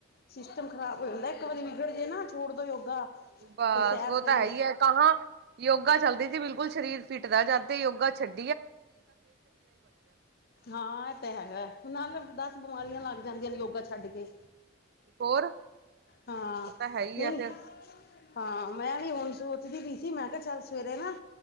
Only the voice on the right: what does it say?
ਬਸ
ਉਹ
ਤਾਂ, ਹੈਹੀ ਹੈ, ਕਾਂਹਾ ਯੋਗਾ ਚੱਲਦੀ ਸੀ, ਬਿਲਕੁਲ। ਸਰੀਰ ਫਿਟ ਰਹਿ ਜਾ, ਤੇ, ਯੋਗਾ ਛੱਡ
ਹੋਰ?
ਉਹ ਤਾਂ ਹੈ ਹੀ
ਆ ਫੇਰ